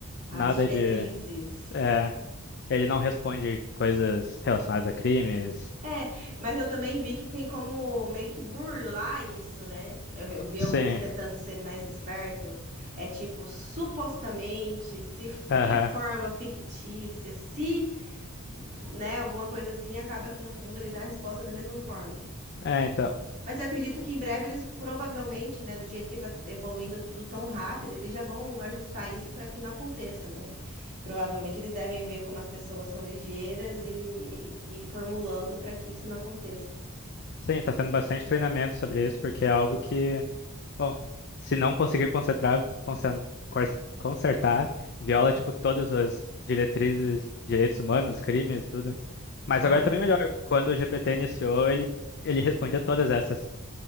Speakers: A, on the right; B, on the left.
A: as
B: nada
A: diretrizes.
B: de. é, ele não responde coisas relacionadas a crimes.
A: É, mas eu também vi que tem como meio que burlar isso, né? Eu, eu vi
B: Sim,
A: alguns tentando ser mais esperto. É tipo, supostamente, se f-
B: aham.
A: de forma fictícia, se f- né, alguma coisa assim, acaba que no fundo ele dá a resposta da mesma forma.
B: É, então.
A: Mas eu acredito que em breve eles provavelmente, né, do jeito que está evoluindo tudo tão rápido, eles já vão ajustar isso para que não aconteça, né? Provavelmente eles devem ver como as pessoas são ligeiras e, e formulando para que isso não aconteça.
B: Sim, tá tendo bastante treinamento sobre isso, porque é algo que, bom, se não conseguir concentrar, concen- cor- consertar, viola, tipo, todas as diretrizes, direitos humanos, crimes, tudo. Mas
A: Aham.
B: agora também melhor. Quando o GPT iniciou, ele, ele respondia todas essas.